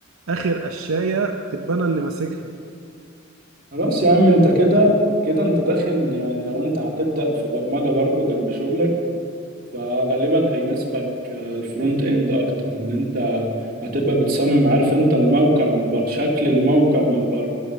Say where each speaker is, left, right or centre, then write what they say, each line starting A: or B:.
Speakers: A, on the right (about 75°); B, on the right (about 40°).
A: اخر قشايه تبقى انا اللي ماسكها
B: خلاص يا عم انت كده كده انت داخل يعني لو انت هتبدأ في برمجة برضو جنب شغلك فغالبا هيناسبك آه، الفرونت اند اكتر ان انت هتبقى بتصمم عارف انت الموقع من بره شكل الموقع من بره